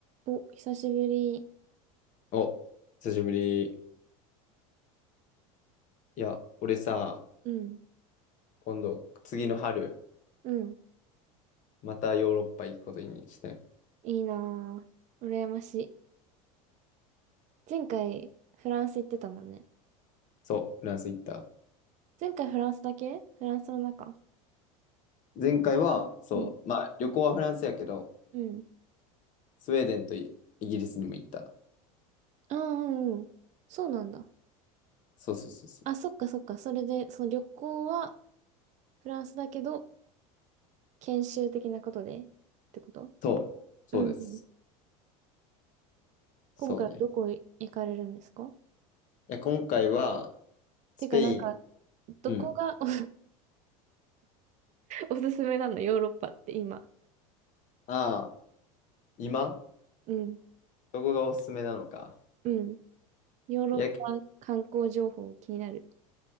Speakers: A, on the right; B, on the left.
A: お、久しぶり。
B: お、久しぶり。いや、俺さ、
A: うん、
B: 今度、次の春、
A: うん。
B: またヨーロッパ行くことにしてん。
A: いいなぁ。羨ましい。前回、フランス行ってたもんね。
B: そう、フランス行った。
A: 前回フランスだけフランスの中
B: 前回は、そう、
A: うん、
B: まあ、旅行はフランスやけど、
A: うん。
B: スウェーデンとイイギリスにも行った。
A: ああ、うん、うん。そうなんだ。
B: そうそうそうそう。
A: あ、そっかそっか。それで、その旅行はフランスだけど、研修的なことでってこと
B: そう、そうです。
A: うん、うん。今回どこ行かれるんですか
B: そうね。いや、今回は、スペイン。
A: てか、なんか、どこが
B: うん。
A: <laughs> お、おすすめなのヨーロッパって今。
B: ああ、今
A: うん、
B: どこがおすすめなのか。
A: うん。ヨーロッパ観光情報気になる。
B: いや、い